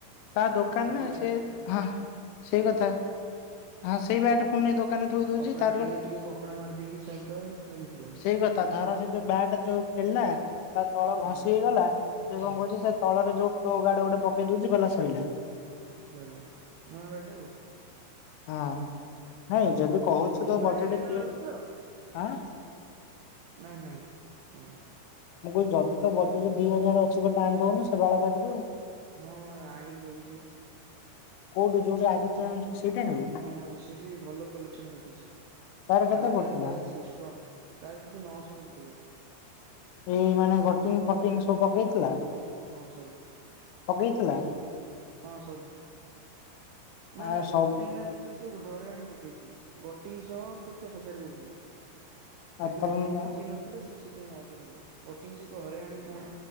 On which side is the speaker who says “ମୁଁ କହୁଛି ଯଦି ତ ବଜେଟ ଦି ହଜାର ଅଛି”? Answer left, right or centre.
Left